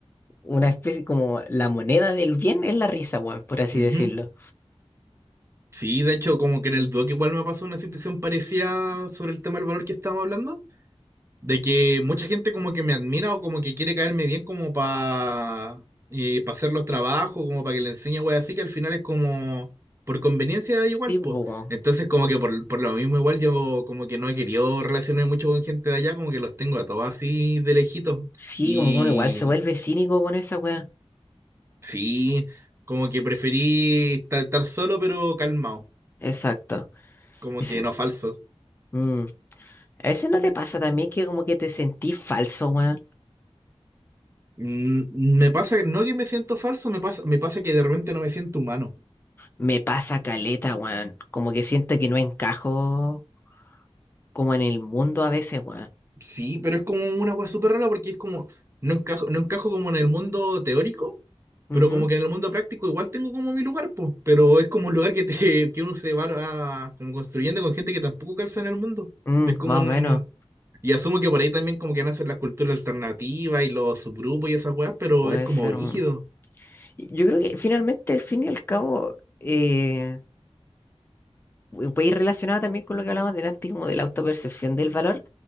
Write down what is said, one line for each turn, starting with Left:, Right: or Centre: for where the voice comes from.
Left: una especie, como la moneda del bien es la risa, weón, por así
Right: ujú.
Left: decirlo.
Right: Sí, de hecho como que en el Duoc igual me pasó una situación parecida sobre el tema del valor que estábamos hablando. de que mucha gente como que me admira o como que quiere caerme bien como para hacer los trabajos, como para que le enseñe, güey, así que al final es como por conveniencia igual,
Left: Sí,
Right: pues.
Left: po, weón.
Right: Entonces como que por, por lo mismo igual yo como que no he querido relacionarme mucho con gente de allá, como que los tengo a todos así de lejitos.
Left: Sí,
Right: Y
Left: como uno igual se vuelve cínico con esa weá.
Right: sí, como que preferí estar, estar solo pero calmado,
Left: Exacto.
Right: como
Left: Dice,
Right: que no falso.
Left: mm, A veces no te pasa también que como que te sentís falso, weón.
Right: Mm, Me pasa, no que me siento falso, me pasa, me pasa que de repente no me siento humano.
Left: Me pasa caleta, weón. Como que siento que no encajo como en el mundo a veces, weón.
Right: Sí, pero es como una cosa súper rara porque es como, no encajo, no encajo como en el mundo teórico, pero
Left: Ujú.
Right: como que en el mundo práctico igual tengo como mi lugar, pues, pero es como un lugar que, te, <laughs> que uno se va a- como construyendo con gente que tampoco calza en el mundo.
Left: Mm,
Right: Es como
Left: más
Right: un...
Left: o menos.
Right: Y asumo que por ahí también como que nacen las culturas alternativas y los subgrupos y esas weas, pero
Left: Puede
Right: es como
Left: ser,
Right: brígido.
Left: weón. Yo creo que finalmente, al fin y al cabo, eh, puede ir relacionado también con lo que hablábamos delante, como de la autopercepción del valor,